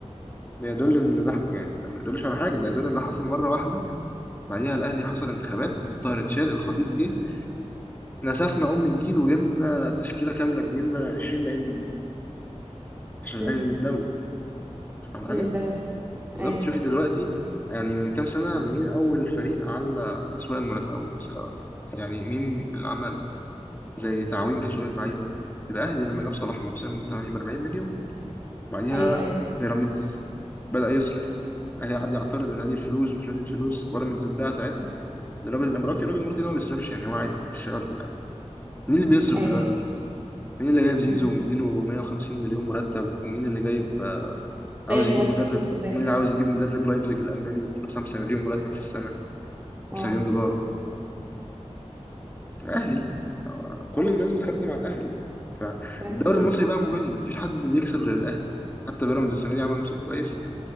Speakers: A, on the left; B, on the right.
A: ده يدل إن ده يعني ده ما يدلش على حاجة ده يدل إن ده حصل مرة واحدة بعديها الأهلي حصل انتخابات محمود طاهر اتشال الخطيب جه نسفنا أم الجيل وجبنا تشكيلة كاملة جديدة 20 لعيب جديد عشان الأهلي
B: امم
A: نادي الدولة فاهم حاجة؟
B: من الدولة طبعا
A: بالظبط
B: ايوه
A: شوفي دلوقتي يعني من كام سنة مين أول فريق على أسواق المراهنات أول يعني مين اللي عمل زي تعويم في سوق اللعيبة الأهلي لما جاب صلاح محسن 48 مليون بعديها
B: ايوه ايوه
A: بيراميدز بدأ يصرف الاهلي قعد يعترض النادي الفلوس ومش نادي الفلوس بيراميدز اتباع ساعتها للراجل الاماراتي الراجل الاماراتي ده ما بيصرفش يعني هو عادي بيشتغل في العادي مين اللي بيصرف
B: ايوه
A: دلوقتي مين اللي جايب زيزو
B: امم
A: ومديله 150 مليون مرتب ومين اللي جايب آه، عاوز
B: شايل جواك
A: يجيب مدرب
B: كتير خد بالك
A: مين اللي عاوز يجيب مدرب لايبزيج الالماني ويديله 5 مليون مرتب في السنه 5
B: اه
A: مليون دولار الاهلي آه،
B: صح
A: كل الناس بتخدم على الاهلي فالدوري
B: كلام سليم
A: المصري بقى ممل مفيش حد بيكسب غير الاهلي حتى بيراميدز السنه دي عمل موسم كويس